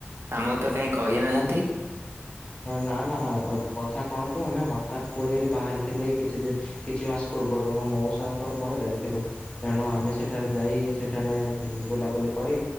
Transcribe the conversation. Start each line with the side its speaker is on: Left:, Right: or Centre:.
Right: ଆମକୁ ତ କାହିଁ କହିନାହାନ୍ତି।
Left: ନା ନା କଥା କଣ କି ଆମେ ହଠାତ୍ ପୁରୀରୁ ବାହାରିଥିଲୁ ଏଇ କିଛି ଦିନ କିଛି ମାସ ପୂର୍ବରୁ ମୋ ମଉସାଙ୍କର ମୋର ଯାଇଥିଲୁ। ତେଣୁ ଆମେ ସେଠାରେ ଯାଇ ସେଠାରେ ବୁଲାବୁଲି କରି